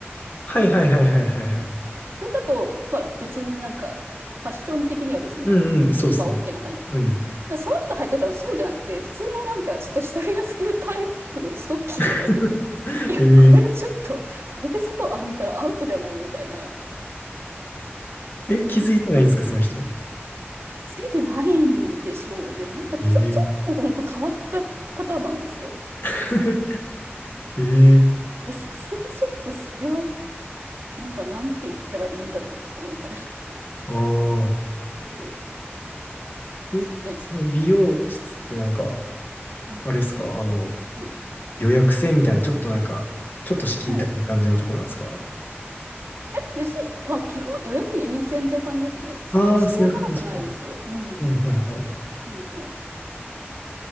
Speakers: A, on the left; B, on the right.
A: はいはいはいはいはいはい。
B: それだと、まあ別になんか、ファッション的には別に、
A: うんうん、そうっすね。
B: まあ OK な感じです
A: うん。
B: でその人履いてたのそうじゃなくて、普通のなんかちょっと下着が透けるタイプのストッキング履いてて、
A: <laughs>
B: いや、
A: えー、
B: これちょっと、これで外歩いたらアウトじゃないのみたいな、
A: え、気づいてないんですか、その人。
B: ついてないんでしょうね。なんかちょ、
A: えー、
B: ちょっと本当変わった方なんですよ。
A: <laughs> えー、
B: さすがにちょっとそれは、なんかなんて言ったらいいんだろうなみたいな。
A: ああ。
B: そう
A: え、
B: ね、
A: その美容室ってなんか、
B: うん
A: あれですか、あの、
B: うん
A: 予約制みたいな、ちょっとなんか、ちょっと敷居高い感じのとこなんですか
B: はい。え、別に、まあ基本予約優先って感じですね。そんな敷居は高くないですよ。
A: ああー、そういう感じか。は
B: うん。
A: いはいはい。
B: はいはい。